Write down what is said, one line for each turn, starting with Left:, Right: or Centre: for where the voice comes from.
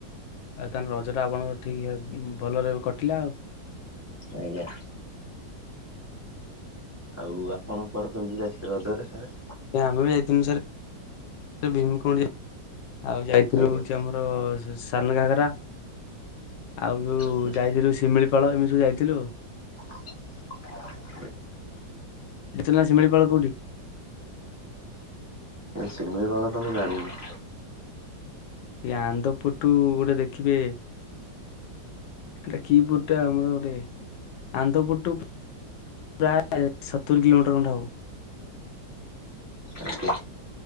Left: ଆଉ ତାଙ୍କ ରଜ ଟା ଆପଣଙ୍କର ଠିକ ଭଲରେ କଟିଲା ଆଉ।
Right: ଆଜ୍ଞା। ଆଉ ଆପଣ କୁଆଡେ ଫ୍ୟାମିଲ ଯାଇଥିଲେ ରଜରେ ସାର୍।
Left: ଆମେ ବି ଯାଇଥିଲଥିଲୁ ସାର୍ ଭୀମକୁଣ୍ଡ। ଆଉ ଯାଇଥିଲୁ
Right: ଆଜ୍ଞା
Left: ହଉଛି ଆମର ସାନ ଘାଗରା। ଆଉ ଯୋଉ
Right: ଆଜ୍ଞା
Left: ଯାଇଥିଲୁ ଶିମିଳିପାଳ ଏମିତି ସବୁ ଯାଇଥିଲୁ।
Right: <inaudible>
Left: <inaudible> ନା ଶିମିଳିପାଳ କୋଉଠି?
Right: ଶିମିଳିପାଳ ତ ମୁଁ ଜାଣିନି।
Left: ଆନ୍ଧପୁଟୁ ଗୋଟେ ଦେଖିବେ। ଏଟା କି ପୁରଟା ଆମର ଗୋଟେ ଆନ୍ତପୁର ଟୁ ପ୍ରାୟ ଏ ସତରି କିଲୋମିଟର ହବ।
Right: ଆଜ୍ଞା